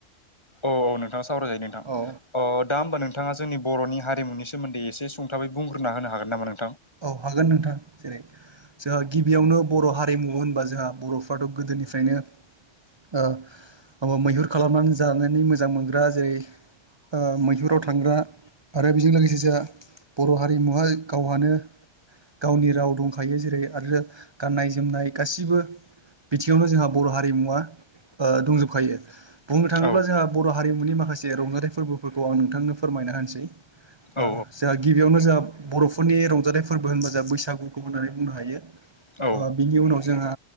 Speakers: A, on the left (about 20°); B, on the right (about 25°).
A: औ औ नोंथां सावरायजायो नोंथां
B: औ
A: दा होमबा नोंथां थाङा जोंनि बरनि हारिमुनिसोमोन्दै एसे सुंथाबै बुंग्रोना होनो हागोन नामा नों
B: औ हागोन नोंथां जेरै जोंहा गिबियावनो बर' हारिमु होनना होमबा जोंहा बर'फ्राथ गोदोनिफ्रायनो मैहुर खालामनानै जानानै मोजां मोनग्रा जेरै ओ मैहुराव थांग्रा आरो बेजों लोगोसे जों बर' हारिमुहाय गावहानो गावनि राव दंखायो जेरै आरो गाननाय जोमनाय गासिबो बिथिङावनो जोंहा बर' हारिमुवा दंजोबखायो बुंनो थाङोब्ला
A: औ
B: जोंहा बर' हारिमुनि माखासे रंजानाय फोरबोफोरखौ आं नोंथांनो फोरमाय होना होनसै ओ
A: औ
B: जोहा गिबियावनो जोहा बर'फोरनि रंजालि फोरबो होनबा जोहा बैसागुखौ होननानै बुंनो हायो ओ
A: औ
B: बिनि उनाव जोंहा